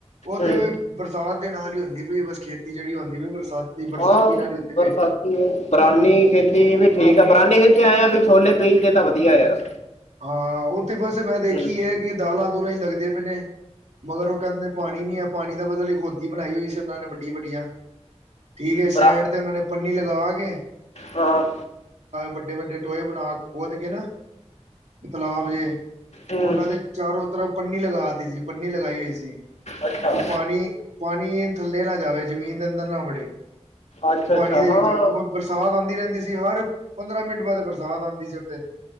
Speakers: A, on the right; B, on the left.
A: ਉੱਥੇ
B: ਹੂੰ
A: ਵੀ ਬਰਸਾਤ ਦੇ ਨਾਲ ਹੀ ਹੁੰਦੀ ਪਈ ਬਸ ਖੇਤ ਜਿਹੜੀ ਹੁੰਦੀ ਪਈ ਏ ਬਰਸਾਤੀ ਬਰਸਾਤੀ
B: ਹਾਂ
A: ਨਾਲ ਹੀ ਹੁੰਦੀ
B: ਬਰਸਾਤੀ
A: ਪਈ ਏ।
B: ਬਰਾਨੀ ਖੇਤੀ ਵੀ ਠੀਕ ਆ ਬਰਾਨੀ ਖੇਤੀ ਆਏ ਆ ਵੀ ਛੋਲੇ ਬੀਜ ਤਾਂ ਵਧੀਆ ਯਾਰ।
A: ਹਾਂ ਉਹਥੇ ਬਸ ਮੈਂ
B: ਹੂੰ
A: ਦੇਖੀ ਐ ਕਿ ਦਾਲਾਂ ਦੁਲਾਂ ਹੀ ਲੱਗਦੇ ਪਏ ਨੇ। ਮਗਰ ਉਹ ਕਹਿੰਦੇ ਪਾਣੀ ਨੀ ਆ ਪਾਣੀ ਦਾ ਬਤਲ ਇੱਕ ਹੋਦੀ ਬਣਾਈ ਹੋਈ ਸੀ ਉਹਨਾਂ ਨੇ ਵੱਡੀਆਂ ਵੱਡੀਆਂ। ਠੀਕ ਐ,
B: ਬਰਾ
A: ਸੈਇਡ ਤੇ ਉਹਨਾ ਨੇ ਪੰਨੀ ਲਗਾ ਕੇ
B: ਹਾਂ।
A: ਵੱਡੇ ਵੱਡੇ ਟੋਏ ਬਣਾ ਕੇ ਖੋਦ ਕੇ ਨਾ ਤਲਾਬ ਜੇ
B: ਹੂੰ
A: ਉਹਨਾਂ ਦੇ ਚਾਰੋ ਤਰਫ ਪੰਨੀ ਲਗਾ ਤੀ ਸੀ, ਪੰਨੀ ਲਗਾਈ ਹੋਈ ਸੀ।
B: ਅੱਛਾ
A: ਕਿ ਪਾਣੀ ਪਾਣੀ ਥੱਲੇ ਨਾ ਜਾਵੇ ਜਮੀਨ ਦੇ ਅੰਦਰ ਨਾ ਵੜੇ।
B: ਅੱਛਾ
A: ਪਾਣੀ
B: ਅੱਛਾ
A: ਦੇ
B: ਹਾਂ
A: ਵਿੱਚ ਉਹ ਬਰਸਾਤ ਆਂਦੀ ਰਹਿੰਦੀ ਸੀ ਹਰ ਪੰਦਰਾਂ ਮਿੰਟ ਬਾਅਦ ਬਰਸਾਤ ਆਂਦੀ ਸੀ ਉਥੇ।